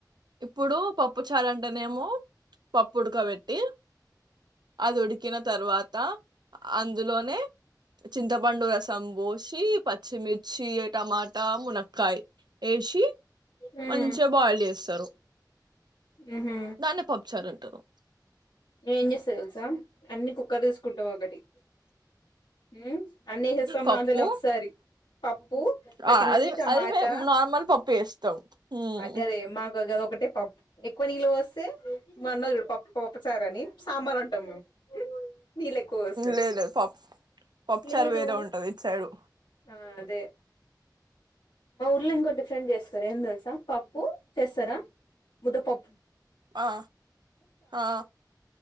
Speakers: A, on the right; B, on the left.
A: ఇప్పుడు పప్పు చారు అంటేనేేమో పప్పుడుకబట్టి అది ఉడికిన తర్వాత అందులోనే చింతపండు రసం బోసి పచ్చిమిర్చి టమాటా మునక్కయ్ ఎసి
B: మ్మ్
A: మంచిగా బాయిల్ చేస్తారు
B: మ్హూ
A: దానే పప్పుచారు అంటారు
B: నేను ఏం చేస్తా తెలుసా అన్ని కుక్కర్ తీసుకుంటాం ఒకటి ఉ అన్నీ వేసేస్తాం
A: పప్పు
B: అందులో ఒకసారి పప్పు పచ్చిమిర్చి
A: ఆ అది
B: టమాటా
A: అది మేము నార్మల్ పప్పు చేస్తాం హ్మ్
B: గదే మాకుగ ఒకటే పప్పు ఎక్కువ నీళ్ళ పోస్తే మా అన్న చూడు పప్పు పప్పచరని సాంబార్ అంటాం మేము నిలెక్కువ పోస్తే
A: లేదు లేదు పప్పు పప్పుచారు
B: లేదు
A: వేరే ఉంటది ఇటు సైడు
B: ఆ తె మా ఊర్లో ఇంకో డిఫరెంట్ చేస్తారు ఏం తెలుసా పప్పు చేస్తారా ముదపప్పు
A: ఆ ఆ